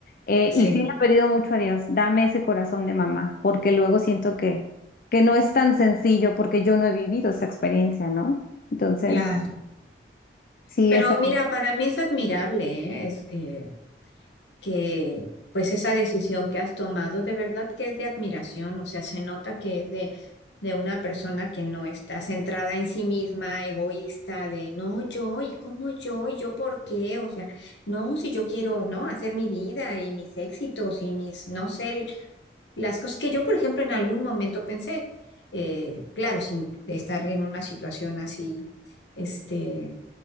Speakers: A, on the left; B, on the left.
A: Eh, y
B: Sí,
A: sí le he pedido mucho a Dios, dame ese corazón de mamá, porque luego siento que, que no es tan sencillo porque yo no he vivido esa experiencia, ¿no? Entonces,
B: claro.
A: sí
B: Pero
A: es algo.
B: mira, para mí es admirable, ¿eh? Es, eh, que pues esa decisión que has tomado de verdad que es de admiración, o sea, se nota que es de, de una persona que no está centrada en sí misma, egoísta, de no, yo, y cómo yo, y yo por qué, o sea, no, si yo quiero, ¿no? Hacer mi vida y mis éxitos y mis, no sé, el- las cosas que yo, por ejemplo, en algún momento pensé, eh, claro, sin estar en una situación así, este,